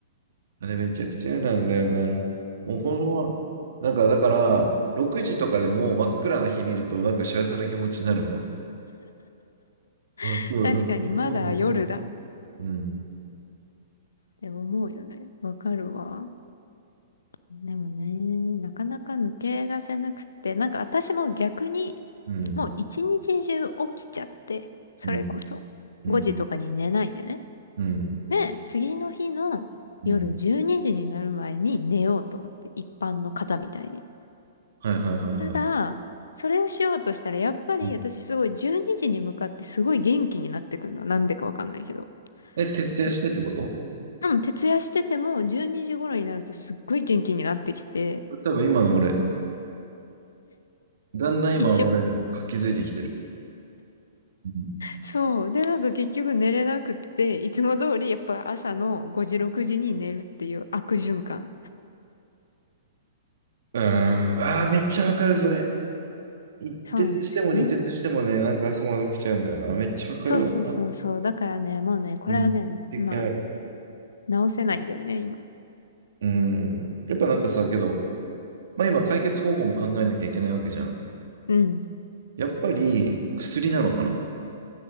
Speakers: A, on the right (about 65°); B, on the left (about 75°).
A: あれめちゃくちゃ嫌なんだよな。もうこのまま、なんかだから、6時とかでもう真っ暗な日見ると、なんか幸せな気持ちになるもん、俺。あ、
B: <laughs>
A: 今日なんか、
B: 確かに、まだ夜だっ
A: もうのすごい。うん、
B: て思うよね。わかるわ。でもね、なかなか抜け出せなくって、なんか私も逆に、
A: うん、
B: もう一日中起きちゃって、それこそ5時とかに寝ないでね。
A: うん、うん、うん、
B: で、次の日の夜12時にじになる前に寝ようと思って、
A: うん。
B: 一般の方みたいに。
A: はいはいはいはい。
B: ただ、それをしようとしたら、やっぱり私すごい12時にじに向かってすごい元気になってくるの。
A: うん
B: なんでかわかんないけど。
A: え、徹夜してってこと
B: すっ、うん、徹夜してても12時頃になるとすっごい元気になってきて、
A: 多分今の俺、だんだん今、
B: 一緒
A: 俺、気づいてきてる。うん
B: そう。で、なんか結局寝れなくって、いつも通りやっぱ朝の5時、6時に寝るっていう悪循環。
A: うーん。ああ、めっちゃわかる、それ。一徹しても二徹してもね、
B: そうなんだよね。
A: なんか朝まで起きちゃうんだよな。めっちゃわかるわ。
B: そうそうそうそう。だからね、もうね、これはね、
A: うん。経験ある。
B: まあ、直せないんだよね、今。
A: うん。やっぱなんかさ、けど、まあ今、解決方法も考えなきゃいけないわけじゃん。
B: うん。
A: やっぱり、薬なのかな。